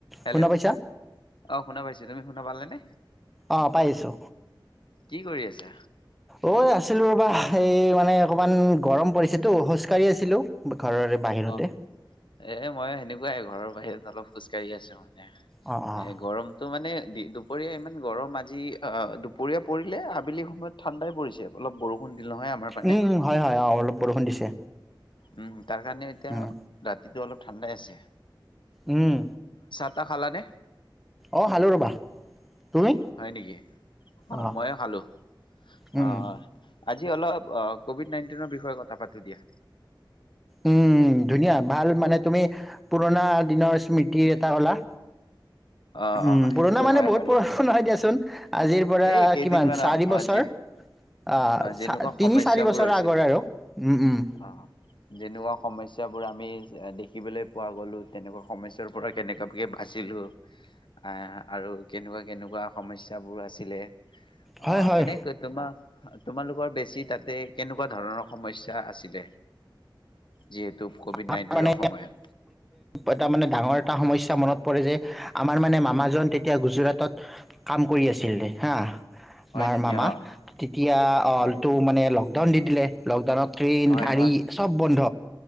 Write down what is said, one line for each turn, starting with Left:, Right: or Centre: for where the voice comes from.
Left: Hello
Centre: শুনা পাইছা?
Left: অহ শুনা পাইছো তুমি শুনা পালানে?
Centre: অ' পাইছো
Left: কি কৰি আছা?
Centre: ঐ আছ আছিলো ৰ বা এই মানে অকমান গৰম পৰিছেতো খোজকাঢ়ি আছিলোঁ। ঘৰৰে বাহিৰতে।
Left: অ' এ মই সেনেকুৱাই ঘৰৰ বাহিৰত অলপ খোজকাঢ়ি আছো মানে।
Centre: অঁ অঁ
Left: এ গৰমটো মানে। দি দুপৰীয়া ইমান গৰম আজি দুপৰীয়া পৰিলে আবেলি সময়ত ঠাণ্ডাই পৰিছে। অলপ বৰষুণ দিল নহয় আমাৰ পানে
Centre: উম উম হয় হয় অ অলপ বৰষুণ দিছে।
Left: উম তাৰ কাৰণে এতিয়া
Centre: উম
Left: ৰাতিটো অলপ ঠাণ্ডাই আছে।
Centre: উম
Left: কিবা খালান?
Centre: অ' খালো ৰ'বা। তুমি?
Left: হয় নেকি অ'
Centre: অঁ
Left: ময়ো খালোঁ
Centre: উম
Left: অ'।
Centre: উম
Left: আজি অলপ কভিড নাইটিনৰ বিষয়ে কথা পাতোদিয়া।
Centre: উম ধুনীয়া ভাল মানে। তুমি পুৰণা দিনৰ স্মৃতিৰ এটা কলা
Left: অ'
Centre: উম
Left: অ' সেইটোতো
Centre: পুৰণা মানে
Left: হয়
Centre: বহুত
Left: বাৰু।
Centre: পুৰণা নহয় দিয়াচোন। আজিৰ পৰা
Left: এই কেইদিনমান
Centre: কিমান চাৰি
Left: আৱ
Centre: বছৰ
Left: আজি
Centre: আহ
Left: অ' যেনেকুৱা সমস্যাবোৰ
Centre: তিনি চাৰি বছৰৰ
Left: হৈছিল।
Centre: আগৰ আৰু। উম উম
Left: অ' যেনেকুৱা সমস্যা বোৰ আমি দেখি। শিকিবলৈ পোৱা গ'লোঁ তেনেকুৱা সমস্যয়াৰ পৰা কেনেকুৱাকে বাচিলোঁ। আহ আৰু কেনেকুৱা কেনেকুৱা সমস্যাবোৰ আছিলে
Centre: হয়
Left: অহ
Centre: হয়
Left: এনেকৈ তোমাৰ তোমালোকৰ বেছি তাতে কেনেকুৱা ধৰণৰ সমস্যা আছিলে? যিহেতু ক'ভিড
Centre: আমাৰ
Left: নাইণ্টিনৰ
Centre: মামে
Left: সময়ত
Centre: এটা মানে ডাঙৰ এটা সমস্যা মনত পৰে যে আমাৰ মানে মামাজন তেতিয়া গুজৰাটত কাম কৰি আছিল হা
Left: হয়
Centre: আমাৰ
Left: নেকি
Centre: মামা
Left: অ'
Centre: তেতিয়া অলটো
Left: হয়
Centre: মানে লকডাউন দি দিলে লকডাউনত ট্ৰেইন,
Left: হয়
Centre: গাড়ী
Left: হয়।
Centre: চব বন্ধ